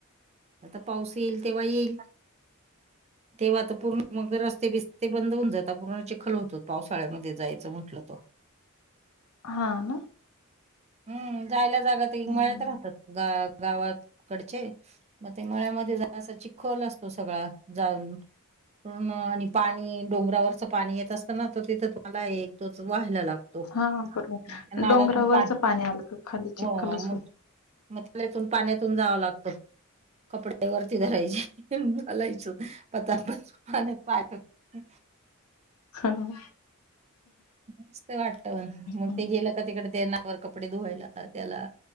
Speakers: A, on the right (about 30°); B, on the left (about 85°).
A: आता पाऊस येईल तेव्हा येईल तेव्हा पुर्ण मग रस्ते बिस्ते बंद होऊन जातात. आतापुर्ण चिखल होत पावसाळ्यामध्ये जायचं म्हंटलं त-
B: हा ना
A: हम्म जायला जागा ते
B: हं.
A: मळ्यात राहतात ग <inaudible> गावाकडचे मग ते मळ्यामध्ये जरासा चिखोल असतो सगळा जाऊ <inaudible> <unintelligible> आणि पाणी डोंगरावरच पाणी येत असत ना तर तिथं मला एक तोच व्हायला लागत तो
B: हां, बरोबर.
A: त्या नाल्यातुन
B: डोंगरावरचं
A: पाणी
B: आलं का खाली चिखलच
A: व मग
B: होतं.
A: <inaudible> नाल्यातून पाण्यातुन जाव लागतो कपड्या वरती धरायचे घालायच पता पच आणि पाय <inaudible>
B: हं,
A: मस्त वाटत मग
B: हं.
A: ते गेलं का तिकडे ते ना वर कपडे धुवायला त्याला